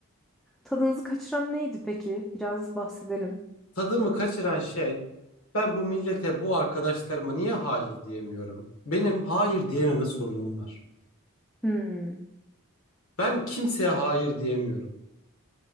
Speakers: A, in the centre; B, on the left (about 80°).
A: Tadınızı kaçıran neydi peki? Biraz bahsedelim.
B: Tadımı kaçıran şey ben bu millete, bu arkadaşlarıma niye hayır diyemiyorum? Benim hayır diyememe sorunum var.
A: Hmm.
B: Ben kimseye hayır diyemiyorum.